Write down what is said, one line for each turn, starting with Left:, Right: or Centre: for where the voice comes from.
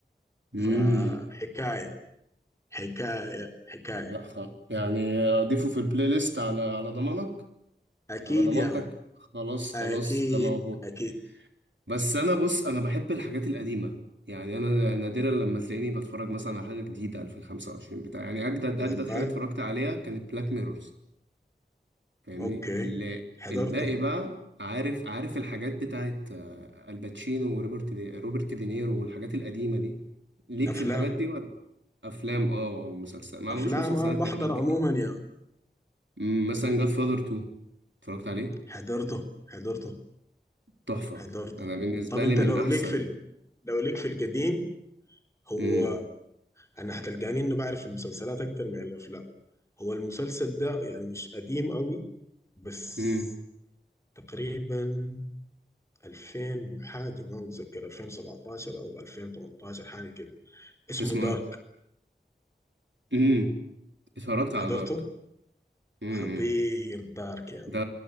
Right: امم
Left: فحكاية حكاية حكاية
Right: لا خلاص يعني أضيفه في البلاي ليست على على ضمانك
Left: أكيد
Right: على ضمانتك
Left: يا مان.
Right: خلاص خلاص
Left: أكيد
Right: ده موجود
Left: أكيد
Right: بس انا بص انا بحب الحاجات القديمه يعني انا نادرا لما تلاقيني بتفرج مثلا على حاجه جديده 2025 بتاع يعني اجدد
Left: والله
Right: اجدد حاجه اتفرجت عليها كانت بلاك ميرورز فاهمني
Left: أوكي
Right: اللي
Left: حضرته
Right: الباقي بقى عارف عارف الحاجات بتاعت آه، الباتشينو وروبرت دي روبرت دينيرو والحاجات القديمه دي ليك
Left: أفلام
Right: في الحاجات دي ولا افلام اه او مسلسل ما عملوش
Left: أفلام
Right: مسلسلات
Left: أه بحضر
Right: تقريبا كتير
Left: عموما يا مان.
Right: مم، مثلا جاد فاذر 2 اتفرجت عليه
Left: حضرته حضرته
Right: تحفه
Left: حضرته
Right: انا بالنسبه
Left: طب أنت
Right: لي من
Left: لو
Right: احسن
Left: ليك في ال... لو ليك في القديم هو
Right: امم
Left: أنا هتلقاني إنه بعرف المسلسلات أكتر من الأفلام هو المسلسل ده يعني مش قديم قوي بس
Right: امم
Left: تقريبا 2000 وحاجة ما متذكر 2017 أو 2018 حاجة كده اسمه
Right: اسمه
Left: دارك
Right: ايه اتفرجت على
Left: حضرته
Right: دارك امم
Left: خطير دارك يا
Right: ده
Left: مان